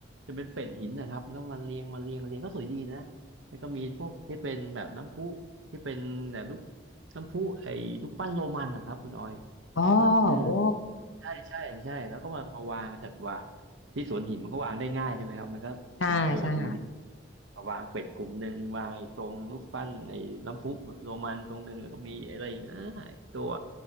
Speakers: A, on the right; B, on the left.
A: จะเป็นเป็ดหินนะครับแล้วมันเรียงมาเรียงเรียงก็สวยดีนะแล้วก็มีพวกที่เป็นแบบน้ำพุที่เป็นแบบรูปน้ำพุไอ้รูปปั้นโรมันนะครับคุณออย
B: อ๋อ
A: ก็เออ
B: โอ้
A: ใช่ใช่ใช่แล้วก็มามาวางจัดวางที่สวนหินมันก็วางได้ง่ายใช่ไหมครับมันก็
B: ใช่ใช่ค่ะ
A: เดินดูดีมาวางเป็ดกลุ่มหนึ่งวางไอ้ตรงรูปปั้นไอ้น้ำพุโรมันตรงหนึ่งแล้วก็มีอะไรอีกนะไอ้ตัว